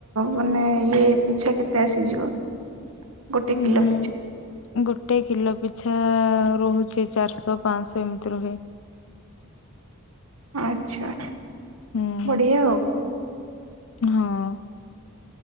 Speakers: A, on the right; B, on the left.
A: ମାନେ ଇଏ ପିଛା କେତେ ଆସିଯିବ ଗୋଟେ
B: ହୁଁ
A: କିଲୋ ପିଛା?
B: ଗୋଟେ କିଲୋ ପିଛା ରହୁଛି ଚାରିଶହ ପାଞ୍ଚଶହ ଏମିତି ରୁହେ।
A: ଆଛା
B: ହୁଁ
A: ବଢିଆ ଆଉ।
B: ହଁ